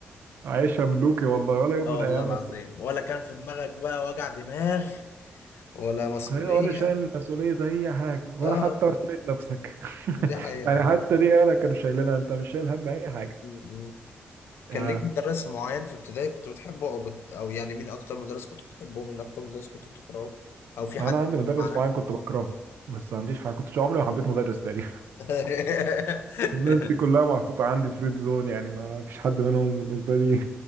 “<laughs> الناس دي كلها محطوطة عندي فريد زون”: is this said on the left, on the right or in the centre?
Right